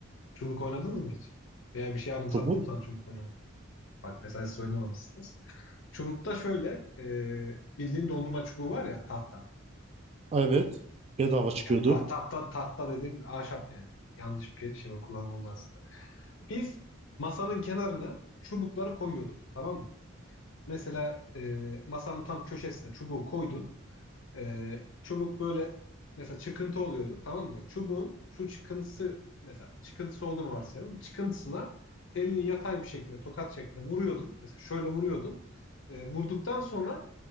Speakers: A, on the left; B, on the right.
A: Çubuk oynadınız mı hiç? Veya bir şey anımsattım
B: çubuk.
A: sana çubuk oynamak. Bak mesela siz oynamamışsınız. Çubukta şöyle e, bildiğin dondurma çubuğu var ya tahta.
B: Evet. Bedava çıkıyordu.
A: Yani ta- tahta tahta dediğim ahşap yani. Yanlış bir şey kullanıldı aslında. Biz masanın kenarına çubukları koyuyorduk. Tamam mı? Mesela e, masanın tam köşesine çubuğu koydun. Ee, çubuk böyle mesela çıkıntı oluyordu tamam mı? Çubuğun şu çıkıntısı mesela çıkıntısı olduğunu varsayalım. Çıkıntısına elini yatay bir şekilde tokat şeklinde vuruyordun. Mesela şöyle vuruyordun. Ee, vurduktan sonra